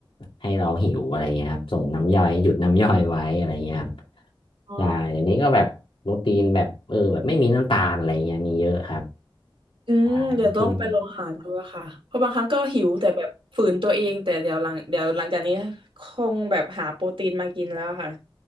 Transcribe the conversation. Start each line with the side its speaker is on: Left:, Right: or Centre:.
Left: ให้เราหิวอะไรเงี้ยครับส่งน้ำย่อยหยุดน้ำย่อยไว้อะไรเงี้ยครับ
Right: อ๋อ
Left: ใช่เดี๋ยวนี้ก็แบบโปรตีนแบบเออแบบไม่มีน้ำตาลอะไรเงี้ยมีเยอะครับ
Right: อืมเดี๋ยวต้องไปลองหาดูอะค่ะเพราะบางครั้งก็หิวแต่แบบฝืนตัวเองแต่เดี๋ยวหลังเดี๋ยวหลังจากนี้คงแบบหาโปรตีนมากินแล้วค่ะ
Left: ใช่กิน